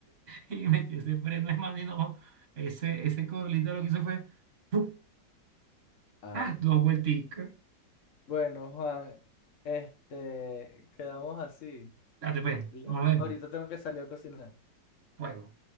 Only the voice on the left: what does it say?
Ay.
Bueno, Juan, este, quedamos así.
Yo
ahorita tengo que salir a cocinar.